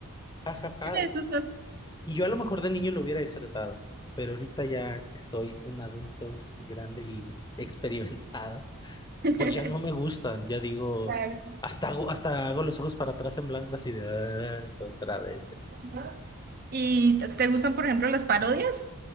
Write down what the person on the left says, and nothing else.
Ajá.
Y yo a lo mejor de niño lo hubiera disfrutado, pero ahorita ya que estoy un adulto grande y experimentado,
pues ya no me gustan. Ya digo,
hasta hago, hasta hago los ojos para atrás en blanco, así de, "Ah, es otra vez